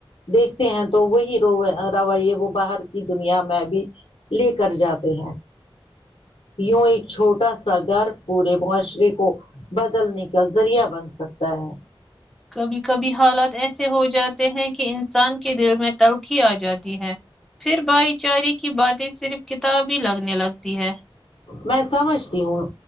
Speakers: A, on the left; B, in the centre.
A: دیکھتے ہیں تو روے رویے وہ باہر کی دنیا میں بھی لیکر جاتے ہیں یوں ایک چھوٹا سا گر پورے معاشرے کو بدلنے کا ذریعہ بن سکتا ہے
B: کبھی کبھی حالات ایسے ہو جاتے ہیں کہ انسان کے دل میں تلخی آ جاتی ہے پھر بھائی چارے کی باتیں صرف کتاب ہی لگنے لگتی ہے
A: میں سمجھتی ہوں